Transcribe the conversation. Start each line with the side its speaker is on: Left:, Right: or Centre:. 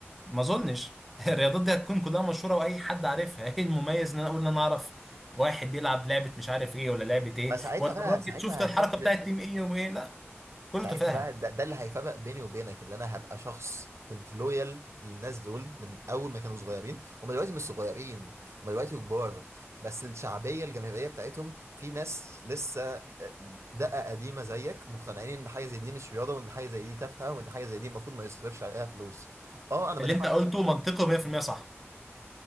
Centre: ما اظنش <laughs> الرياضات دي هتكون كلها مشهوره واي حد عارفها ايه المميز ان انا اقول ان انا اعرف واحد بيلعب لعبه مش عارف ايه ولا لعبه ايه
Right: ما ساعتها
Centre: ولا
Right: بقى
Centre: الراجل
Right: ساعتها
Centre: شفت الحركه
Right: هتفرق
Centre: بتاعت تيم ايه وايه لا كله
Right: ساعتها
Centre: تفاهه
Right: بقى ده, ده اللي هيفرق بيني وبينك اللي انا هبقى شخص كنت لويال للناس دول من اول ما كانوا صغيرين هم دلوقتي مش صغيرين هم دلوقتي كبار بس الشعبيه الجماهيريه بتاعتهم في ناس لسه آه، دقه قديمه زيك مقتنعين ان حاجه زي دي مش رياضه وان حاجه زي دي تافهه وان حاجه زي دي المفروض ما يصرفش عليها فلوس اه انا ما
Centre: اللي
Right: دفعتش
Centre: انت قلته منطقي 100% صح